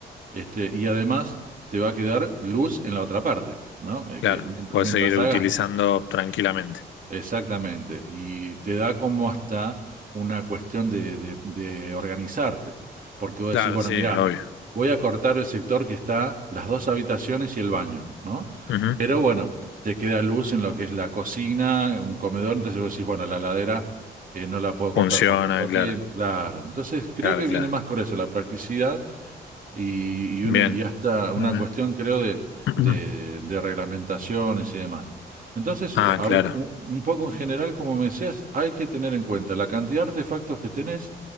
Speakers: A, on the right; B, on the left.
A: este, y además te va a quedar luz en la otra parte, ¿no? Eh,
B: Claro,
A: que mient-
B: puedes
A: mientras,
B: seguir
A: hagas
B: utilizando tranquilamente.
A: Exactamente, y te da como hasta una cuestión de, de- de organizarte, porque vos
B: Claro,
A: decís, bueno,
B: sí,
A: mira,
B: obvio.
A: voy a cortar el sector que está las dos habitaciones y el baño, ¿no?
B: Ujú.
A: Pero bueno, te queda luz en lo que es la cocina, un comedor, entonces vos decís, bueno, la ladera no la puedo
B: Funciona,
A: cortar por tanto
B: claro,
A: tiempo, claro. Entonces creo
B: claro,
A: que
B: claro.
A: viene más con eso, la practicidad y, y
B: Bien.
A: una- y hasta una
B: Bien,
A: cuestión, creo, de,
B: <clears throat>
A: de- de reglamentaciones y demás. Entonces,
B: Ah,
A: eh, habla,
B: claro,
A: un un poco en general, como me decías, hay que tener en cuenta la cantidad de artefactos que tenés,